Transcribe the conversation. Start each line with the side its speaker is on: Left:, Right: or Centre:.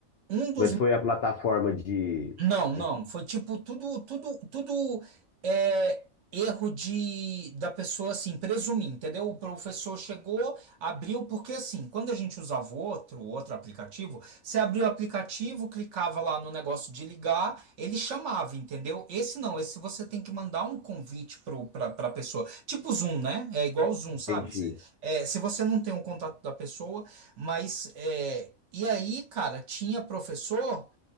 Right: um dos
Left: Mas foi a plataforma de,
Right: Não, não.
Left: de...
Right: Foi tipo tudo, tudo, tudo é, erro de da pessoa assim, presumir, entendeu? O professor chegou, abriu, porque assim, quando a gente usava outro, outro aplicativo, você abriu o aplicativo, clicava lá no negócio de ligar, ele chamava, entendeu? Esse não, esse você tem que mandar um convite pro, pra, pra pessoa. Tipo Zoom, né? É igual o Zoom,
Left: Entendi.
Right: sabe? Cê- é, se você não tem o contato da pessoa, mas é, e aí, cara, tinha professor